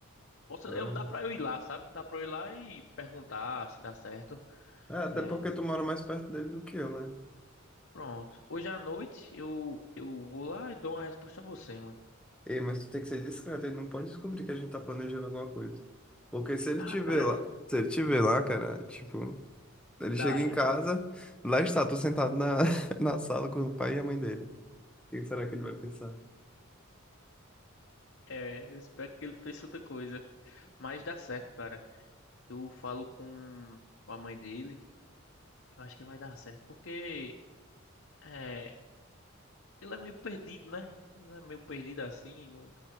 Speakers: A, on the left; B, in the centre.
A: posso,
B: Ah.
A: eu dá pra eu ir lá, sabe? Dá pra eu ir lá e perguntar se dá certo.
B: Ah, até
A: É,
B: porque tu mora mais perto dele do que eu, né?
A: pronto. Hoje à noite eu eu vou lá e dou uma resposta a você, mano.
B: Ei, mas tu tem que ser discreto, ele não pode descobrir que a gente tá planejando alguma coisa. Porque se ele
A: Ah,
B: te ver
A: cara,
B: lá,
A: eu
B: se ele te ver lá, cara, tipo, ele chega
A: da Águia.
B: em casa, lá está tu sentado na, <laughs> na sala com o pai e a mãe dele. O que será que ele vai pensar?
A: É, eu espero que ele pense outra coisa, mas dá certo, cara. Eu falo com, com a mãe dele. Eu acho que vai dar certo, porque é, Ele é meio perdido, né? Ele é meio perdido assim, não,